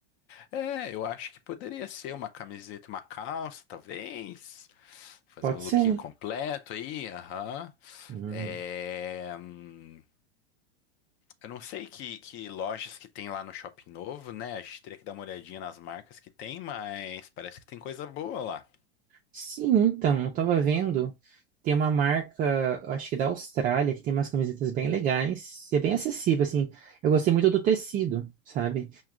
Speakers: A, on the left (about 35°); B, on the right (about 25°).
A: É, eu acho que poderia ser uma camiseta, e uma calça, talvez. Fazer
B: Pode
A: um lookinho
B: ser.
A: completo aí, aham.
B: Hum.
A: É, hum, eu não sei que, que lojas que tem lá no Shopping Novo, né? A gente teria que dar uma olhadinha nas marcas que tem, mas parece que tem coisa boa lá.
B: Sim, então, eu tava vendo. Tem uma marca, eu acho que da Austrália, que tem umas camisetas bem legais. E é bem acessível, assim. Eu gostei muito do tecido, sabe?